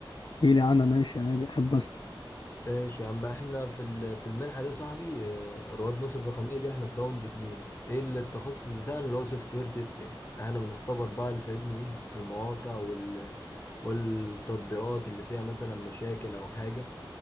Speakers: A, on the left (about 60°); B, on the left (about 30°).
A: احكيلي عنها ماشي عادي احب اسمع
B: ماشي يا عم احنا في ال- في المنحة دي يا صاحبي آه، رواد مصر الرقمية دي احنا في راوند اتنين ايه اللي التخصص بتاعنا اللي هو سوفت وير تيستنج احنا بنختبر بقى اللي فاهمني ايه المواقع وال... والتطبيقات اللي فيها مثلا مشاكل او حاجة